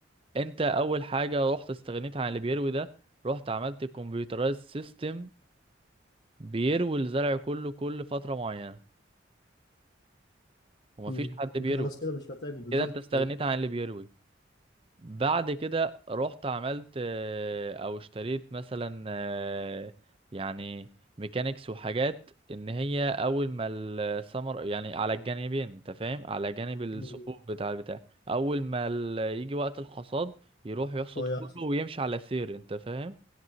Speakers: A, on the right; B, on the left.
A: انت اول حاجة رحت استغنيت عن اللي بيروي ده رحت عملت كمبيوترايز سيستم بيروي الزرع كله كل فترة معينة ومفيش
B: امم
A: حد بيروي
B: انت خلاص كده مش محتاجه بالظبط
A: كده انت استغنيت
B: هي دي
A: عن اللي بيروي بعد كده رحت عملت آه، او اشتريت مثلا آه، يعني ميكانيكس وحاجات ان هي اول ما السمر يعني على الجانبين انت فاهم على جانب الثقوب
B: مم.
A: بتاع البتاع اول ما ال- يجي وقت الحصاد يروح يحصد
B: هو يحصل
A: كله ويمشي على سير انت فاهم